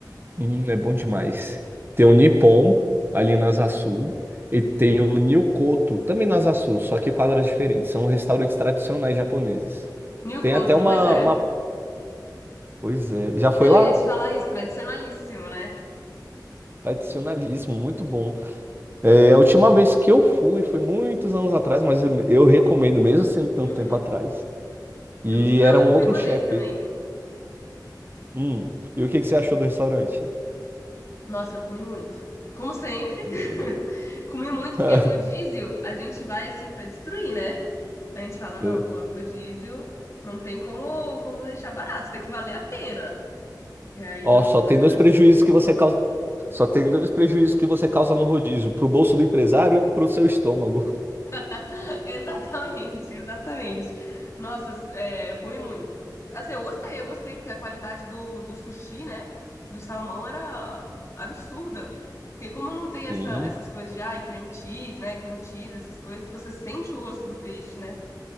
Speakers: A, on the right; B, on the left.
A: Hum, é bom demais. Tem o Nippon ali na Asa
B: Muito
A: Sul
B: bom.
A: e tem o Nyokoto também na Asa Sul, só que quadras diferentes. São restaurantes tradicionais japoneses.
B: Nhocoto,
A: Tem até uma,
B: pois é.
A: uma... Pois é, já foi
B: Não,
A: lá?
B: eu ia te falar isso, tradicionalíssimo, né?
A: Tradicionalismo, muito bom. É, a última vez que eu fui foi muitos anos atrás, mas eu, eu recomendo, mesmo sendo tanto
B: Uhum.
A: tempo atrás. E
B: Justo. Não,
A: era
B: eu
A: um
B: fui
A: outro
B: uma
A: chefe.
B: vez também.
A: Hum, e o que que você achou do restaurante?
B: Nossa, eu comi muito. Como sempre,
A: O
B: <laughs>
A: meu, né?
B: comi muito,
A: <laughs>
B: porque rodízio a gente vai assim pra destruir, né? A gente fala, não,
A: É.
B: pô, rodízio não tem como, como deixar barato, tem que valer a pena. E aí,
A: Ó,
B: nossa,
A: só
B: mas
A: tem dois
B: era muito
A: prejuízos
B: bom.
A: que você causa. Só tem dois prejuízos que você causa no rodízio, pro bolso do empresário e pro seu estômago.
B: <laughs> Exatamente, exatamente. Nossa, é, eu comi muito. Assim, eu gostei, eu gostei, porque a qualidade do, do sushi, né? Do salmão era absurda. Porque como não tem
A: Sim,
B: essa, essas coisas de, ai, cream cheese, né? Cream cheese, essas coisas, você sente o gosto do peixe, né?